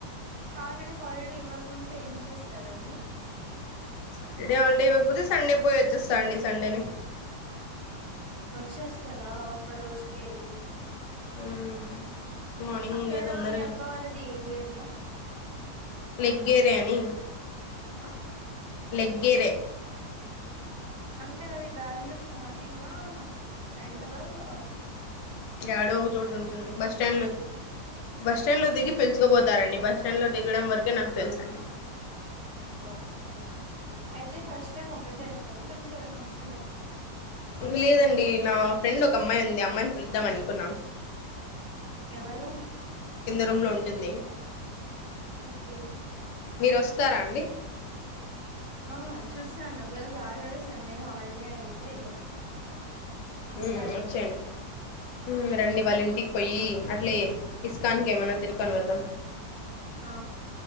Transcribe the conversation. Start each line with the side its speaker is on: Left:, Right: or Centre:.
Right: ఇక్కడే హాలిడే ఇవ్వకుంటే ఏం చేస్తారండి
Left: సాటర్డే హాలిడే ఇవ్వకపోతే సండే పోయి వచ్చాస్త అండి సండే నే
Right: వచ్చేస్తారా ఒక రోజుకే ఎల్లి
Left: హ్మ్ మార్నింగ్
Right: అక్కడ
Left: తొందరగా
Right: మీ అక్క వాళ్ళది ఏ ఏరియా
Left: లెగ్గేర్యాని
Right: ఆ
Left: లెగ్గర
Right: అంటే అది బెంగళూరు స్టార్టింగ్గా సెంట్ర ఆ
Left: ఏడో ఒక చోటు ఉంటుంది బస్ స్టాండ్ లో బస్ స్టాండ్ లో దిగి పిలిచకపోతారండి బస్ బస్ స్టాండ్ లో దిగడం వరకే నాకు తెలుసండి
Right: ఓ ఓకే అయితే ఫస్ట్ టైమ్ ఒకటే వచ్చారా లేకుంటే ఎవరన్నా వస్
Left: మ్ లేదండి నా ఫ్రెండ్ ఒక అమ్మాయి ఉంది ఆ అమ్మాయిని పిలుద్దాం అనుకున్నా
Right: ఎవరు
Left: రూమ్ లో ఉంటుంది
Right: ఓకే
Left: మీరు వస్తారా అండి
Right: ఆ చూసాండి ఒకవళ్ళ సాటర్డే సండే హాలిడే అయితే వస్తాలేండి
Left: మ్ వచ్చండి మ్ రండి వాళ్ళింటికి పోయి అట్లే ఇస్కాన్ కి ఏమన్నా తిరుకొని వద్దాం
Right: ఆ